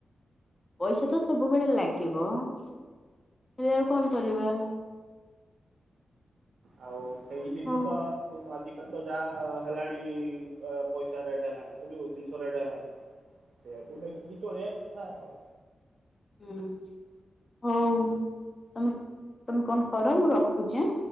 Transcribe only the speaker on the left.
ପଇସା ତ ସବୁବେଳେ ଲାଗିବ ହେଲେ ଆଉ କଣ କରିବା।
ହଁ
ହୁଁ ହଉ ତମେ ତମେ କଣ୍ କର ମୁଁ ରଖୁଚି ଆଁ।